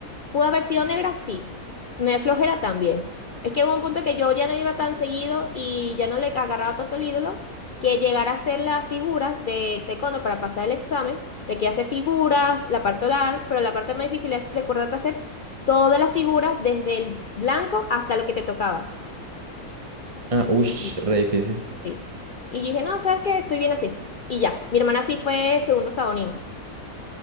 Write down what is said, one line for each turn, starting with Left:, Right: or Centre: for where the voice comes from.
Left: ¿Pudo haber sido negra? Sí. Me da flojera también. Es que hubo un punto que yo ya no iba tan seguido y ya no le agarraba tanto el ídolo que llegar a hacer las figuras de taekwondo para pasar el examen. Requiere hacer figuras, la parte oral, pero la parte más difícil es recordarte hacer todas las figuras desde el blanco hasta lo que te tocaba.
Right: Ah, ush,
Left: Y,
Right: re difícil.
Left: sí. Y dije, no, ¿sabes qué? Estoy bien así. Y ya, mi hermana sí fue segundo sabonín.